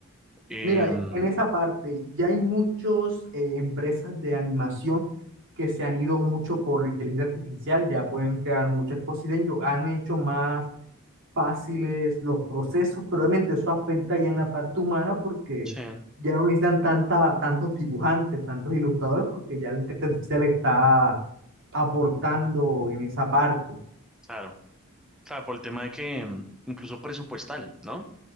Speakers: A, in the centre; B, on the right.
A: Em,
B: Mira, en esa parte ya hay muchas empresas de animación que se han ido mucho por la inteligencia artificial, ya pueden crear muchas cosas y de ello han hecho más fáciles los procesos, pero obviamente eso afecta ya en la parte humana porque
A: sí,
B: ya no necesitan tanta, tantos dibujantes, tantos ilustradores, porque ya la inteligencia artificial está aportando en esa parte.
A: claro, claro, por el tema de que em, incluso presupuestal, ¿no?